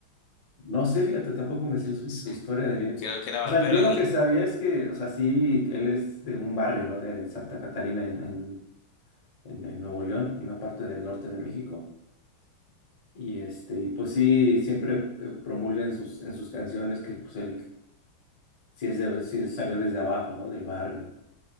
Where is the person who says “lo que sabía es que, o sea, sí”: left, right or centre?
Left